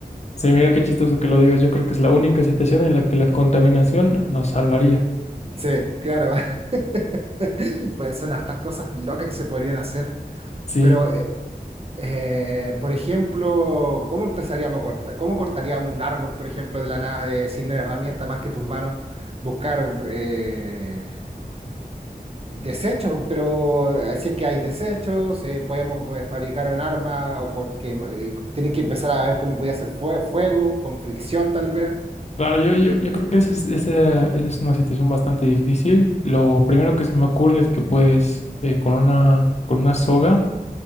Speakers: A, on the left (about 45°); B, on the right (about 40°).
A: Sí, mira qué chistoso que lo digas. Yo creo que es la única situación en la que la contaminación nos salvaría.
B: Sí, claro. <laughs> Pues son hartas cosas locas que se podrían hacer.
A: Sí.
B: Pero eh, Eh, por ejemplo, ¿cómo empezaríamos a cortar? ¿Cómo cortaríamos un árbol, por ejemplo, de la nada, de, sin herramienta más que tus manos? Buscar eh, desechos, pero eh, si es que hay desechos, eh, podemos eh, fabricar un arma o cor- que, eh, tienen que empezar a ver cómo podía hacer fue- fuego, con fricción tal vez.
A: Claro, yo, yo, yo creo que esa es, esa- esa es una situación bastante difícil. Lo primero que se me ocurre es que puedes eh, con una, con una soga